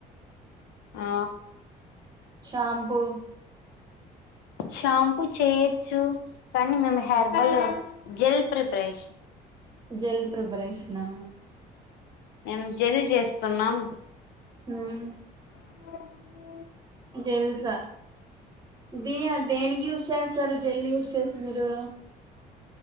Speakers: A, on the left; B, on the right.
A: ఆ
B: షాంపు
A: షాంపూ చేయొచ్చు కానీ మేము హెర్బల్ జెల్ ప్రిపరేషన్
B: జెల్ ప్రిపరేషనా
A: మేం జెల్ చేస్తున్నాం
B: హుమ్
A: ఆ
B: జెల్స్ ది దేనికి యూస్ చేస్తారు జెల్ యూస్ చేసి మీరు